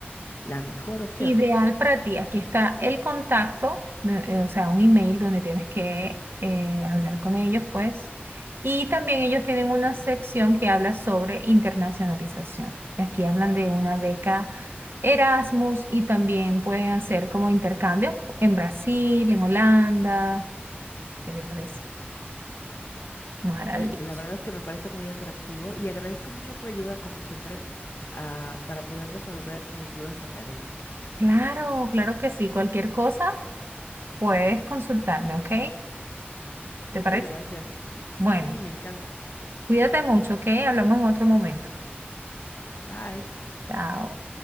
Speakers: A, on the left (about 65°); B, on the right (about 65°).
A: la mejor opción.
B: Ideal para ti. Aquí está el contacto, de- eh, o sea, un email donde tienes que eh, hablar con ellos, pues. Y también ellos tienen una sección que habla sobre internacionalización. Aquí hablan de una beca Erasmus y también pueden hacer como intercambio en Brasil, en Holanda. ¿Qué les parece? Maravilloso.
A: Eh, la verdad es que me parece muy atractivo y agradezco mucho tu ayuda, como siempre, ah, para poder resolver mis dudas académicas.
B: Claro, claro que sí. Cualquier cosa puedes consultarme, ¿ok? ¿Te
A: Muchas
B: parece?
A: gracias.
B: Bueno,
A: Sí, me encanta.
B: cuídate mucho, ¿ok? Hablamos en otro momento.
A: Bye.
B: Chao.